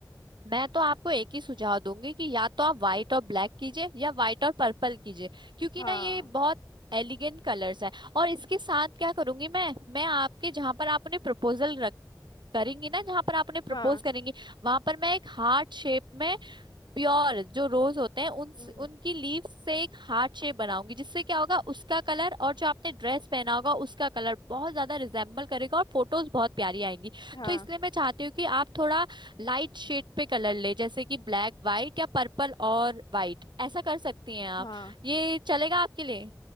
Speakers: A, on the right; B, on the left.
A: मैं तो आपको एक ही सुझाव दूंगी कि या तो आप व्हाइट और ब्लैक कीजिए या व्हाइट और पर्पल कीजिए क्योंकि
B: हाँ
A: ना ये बहुत एलिगेंट कलर्स है और इसके साथ क्या करूंगी मैं मैं आपके जहां पर आप उन्हें प्रपोजल करेंगी ना जहां पर आपने प्रपोज
B: हाँ
A: करेंगी वहां पर मैं एक हार्ट शेप में प्योर जो रोज होते हैं उन
B: हम्म,
A: उनकी लीव से एक हार्ट शेप बनाऊंगी जिससे क्या होगा उसका कलर और जो आपने ड्रेस पहना होगा उसका कलर बहुत ज्यादा रिजेम्बल करेगा और फोटोज बहुत प्यारी आएंगी
B: हाँ
A: तो इसलिए मैं चाहती हूँ कि आप थोड़ा लाइट शेड पे कलर ले जैसे कि ब्लैक वाइट या पर्पल और वाइट ऐसा कर सकती हैं आप
B: हाँ
A: ये चलेगा आपके लिए